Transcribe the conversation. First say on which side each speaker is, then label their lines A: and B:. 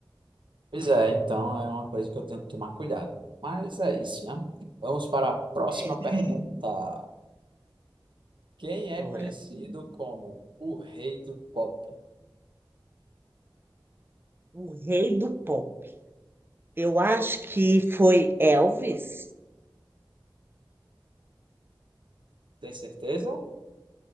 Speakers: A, on the right (about 70°); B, on the right (about 25°).
A: Pois é, então é uma coisa que eu tento tomar cuidado. Mas é isso, né? Vamos para a próxima
B: É.
A: pergunta. Quem é
B: Ora,
A: conhecido como o rei do pop?
B: o rei do pó. Eu acho que foi Elvis.
A: Tem certeza?